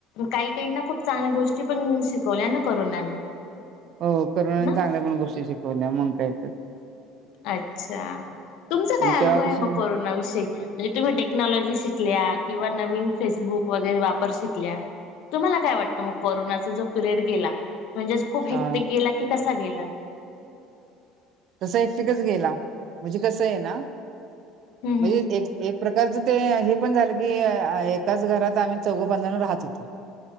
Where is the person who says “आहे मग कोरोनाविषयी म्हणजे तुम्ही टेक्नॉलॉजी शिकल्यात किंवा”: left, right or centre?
Left